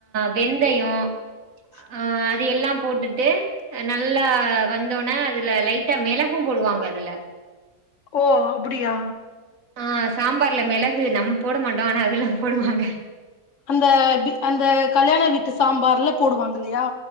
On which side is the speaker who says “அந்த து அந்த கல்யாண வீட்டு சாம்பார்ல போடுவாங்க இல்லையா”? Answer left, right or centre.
Left